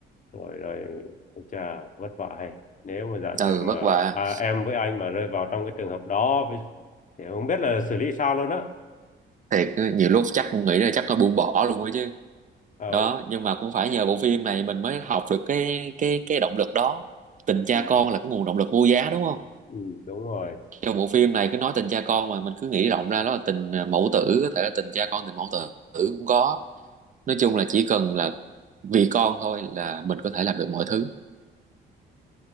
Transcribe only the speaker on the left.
rồi rồi Ôi chà vất vả hay nếu mà giả
sử mà
à, em với anh mà rơi vào trong cái trường hợp đó với- thì không biết là xử lý sao luôn á
Ờ,
ừ,
ừ, đúng rồi